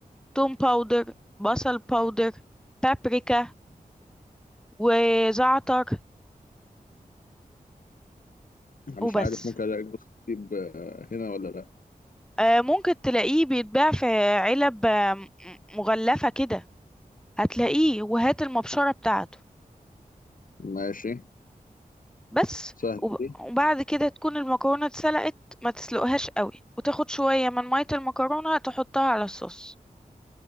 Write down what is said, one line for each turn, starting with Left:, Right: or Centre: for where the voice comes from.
Centre: توم باودر، بصل باودر، بابريكا وزعتر
Left: انا مش
Centre: وبس.
Left: عارف ممكن الاقي جوز الطيب آه، هنا ولا لا
Centre: آآ ممكن تلاقيه بيتباع في علب آه، م مغلفة كده، هتلاقيه وهات المبشرة بتاعته
Left: ماشي
Centre: بس.
Left: سهله
Centre: وب
Left: دي
Centre: وبعد كده تكون المكرونة اتسلقت ما تسلقهاش أوي، وتاخد شوية من مَيّة المكرونة تحطها على الصوص.